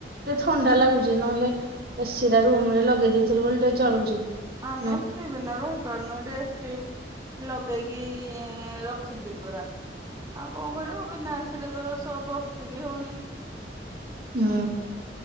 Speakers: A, on the right (about 55°); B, on the right (about 20°).
A: ଥଣ୍ଡା ଲାଗୁଛି ନହେଲେ ଏସିି ଟା ରୁମ୍ ରେ ଲଗେଇ ଦେଇେଥିଲି ବୋଲି ଟିକେ ଚଳୁଛି।
B: ଆମେ
A: ନହେଲେ
B: ଏସି ବିନା ରହିପାରୁନୁ ଏଠି ଏସି ଲଗେଇକି ରଖିଛି ପୂରା ଆଉ କଣ କରିବୁ ବିନା ଏସିରେ ତ ସ ବସି ବିି ହଉନି।
A: ହୁଁ